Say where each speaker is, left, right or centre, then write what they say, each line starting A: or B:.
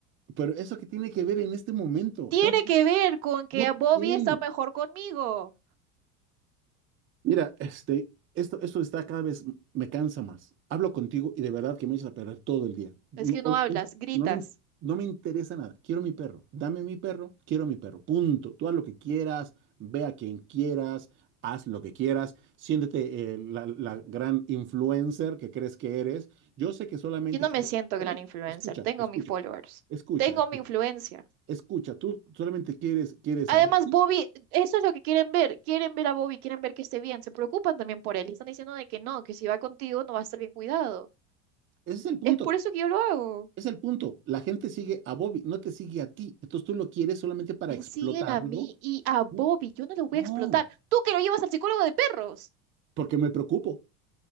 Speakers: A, on the right (about 30°); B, on the right (about 75°).
A: Pero eso que tiene que ver en este momento,
B: Tiene
A: Estamos-
B: que ver con que
A: no
B: Bobby
A: tiene.
B: está mejor conmigo.
A: Mira, este, esto, esto está cada vez, m- me cansa más. Hablo contigo y de verdad que me echas a perder todo el día. No,
B: Es que
A: ol-
B: no hablas,
A: ol-
B: gritas.
A: no me, in- no me interesa nada. Quiero mi perro. Dame mi perro, quiero mi perro. Punto. Tú haz lo que quieras, ve a quien quieras, haz lo que quieras. Siéntete eh, la, la gran influencer que crees que eres. Yo sé que solamente
B: Yo no
A: quieres
B: me siento
A: perro.
B: gran influencer.
A: Escucha,
B: Tengo
A: escucha,
B: mis followers.
A: escucha,
B: Tengo
A: escucha.
B: mi influencia.
A: Escucha, tú solamente quieres, quieres
B: Además,
A: a Buki.
B: Bobby, eso es lo que quieren ver. Quieren ver a Bobby, quieren ver que esté bien. Se preocupan también por él. Y están diciendo de que no, que si va contigo no va a estar bien cuidado.
A: Ese es el punto.
B: Es por eso que yo lo hago.
A: Es el punto. La gente sigue a Bobby, no te sigue a ti. Entonces tú lo quieres solamente para
B: Me
A: explotarlo.
B: siguen a mí y a Bobby.
A: No,
B: Yo no lo voy
A: no,
B: a explotar. Tú que lo llevas al psicólogo de perros.
A: porque me preocupo.